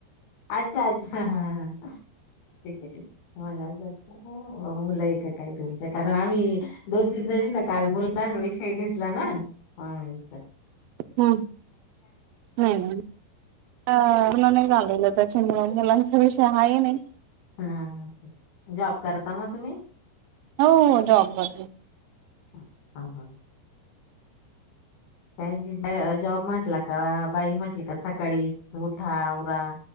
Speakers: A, on the left; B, on the right.
A: अच्छा अच्छा ठीक आहे, ठीक, मला वाटल मुलं य का काय तुमच्या कारण आम्ही दोन तीन जणीऽऽ काल मुललां विषय घेतला, ना ह विचार, ऽ
B: ह, नाही,, नाही अ नाही, झाल त्याच्यामूळ मूलांचा विषय हा नाही.
A: हा्,, जॉब करता म तुम्ही.
B: हो, हो जॉब ब
A: ह हा काय जॉब म्हटला,, का बाई म्हटलं का सकाळी उठा,, आवरा,